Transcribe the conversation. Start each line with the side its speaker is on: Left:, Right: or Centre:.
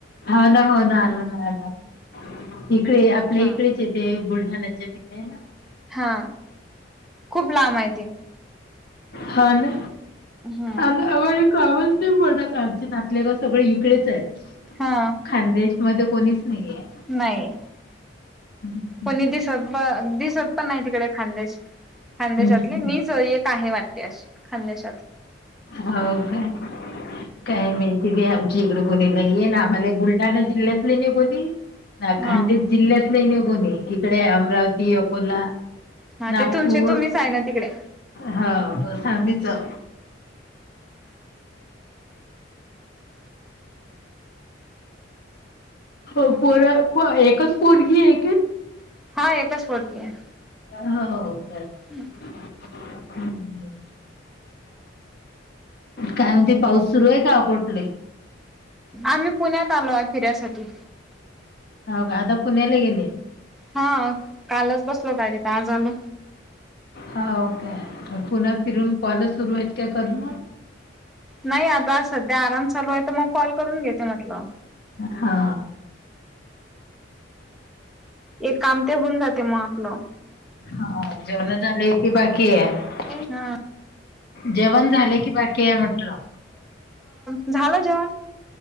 Left: हो ना हो ना आलं लक्षात इकडे ते आपल्याकडे
Centre: हा
Left: ते बुलढाण्याच्या तिकडे आहे ना
Centre: हा खूप लांब आहे ते.
Left: हो ना
Centre: हम्म
Left: अग अहो कामच नाही पडत आमच्या नातल्याग सगळे इकडेच आहेत.
Centre: हा
Left: खानदेश मध्ये कोणीच नाहीये
Centre: नाही
Left: हम्म
Centre: कोणी दिसत दिसत पण नाही तिकडे, खानदेश. खानदेशातले
Left: हम्म
Centre: मीच एक आहे वाटते अशी खानदेशात
Left: हो काय काय मी तिे आमची इकडे बोली नाहीये ना आम्हाला बुलढाणा जिल्ह्यातले नाही बोली ना खांद
Centre: हा
Left: जिल्ह्यातलं नाही कोणी इकडे अमरावती अकोला
Centre: हा
Left: नागपूर
Centre: ते तुमचे तुम्हीच आहे ना तिकडे
Left: हा बस आम्ही च हो पोर एकच पोरगी आहे
Centre: हा एकचपर्टती आहे
Left: हो का
Centre: हम्म
Left: हम्म काय म्ह ते पाऊस सुरू आहे का अकोटले
Centre: आम्ही पुण्यात आलो आहे फिऱ्यासाठी
Left: हो का आता पुण्याला गेले
Centre: हा कालच बसलो गाडीत आज आलो
Left: हा का पुन्हा फिरून कॉल सुरू आहेत का करण
Centre: नाही आता सध्या आराम चालू आहे तर मग कॉल करून घेते म्हटलं
Left: हा
Centre: एक काम ते होऊन जाते मग आपलं
Left: हा जेवण झाले की बाकी आहे
Centre: हा
Left: जेवण झाले की बाकी आहे म्हटलं
Centre: झालं जेवण